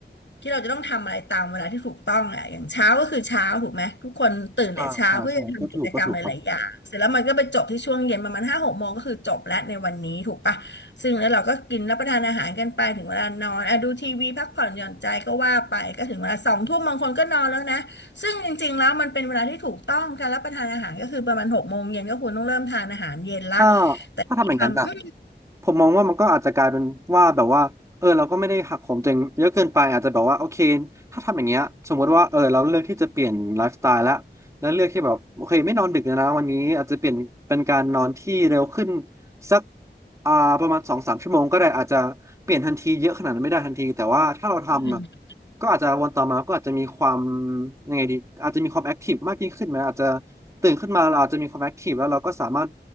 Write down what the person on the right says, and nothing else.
ใช่ใช่ใช่ก็ถูกก็ถูกครับ
ถ้า
ถ้าทำอย่างนั้นอ่ะผมมองว่ามันก็อาจจะกลายเป็นว่าแบบว่าเออเราก็ไม่ได้หักโหมตัวเองเยอะเกินไปอาจจะแบบว่าโอเคถ้าทำอย่างเงี้ยสมมติว่าเออเราเลือกที่จะเปลี่ยนไลฟ์สไตล์แล้วแล้วเลือกที่แบบโอเคไม่นอนดึกแล้วนะวันนี้อาจจะเปลี่ยนเป็นการนอนที่เร็วขึ้นสักอ่าประมาณสองสามชั่วโมงก็ได้อาจจะเปลี่ยนทันทีเยอะขนาดนั้นไม่ได้ทันทีแต่ว่าถ้าเราทำอะ
ก็อาจจะวันต่อมาก็อาจจะมีความยังไงดีอาจจะมีความแอคทีฟมากยิ่งขึ้นไหมอาจจะตื่นขึ้นมาเราอาจจะมีความแอคทีฟแล้วเราก็สามารถ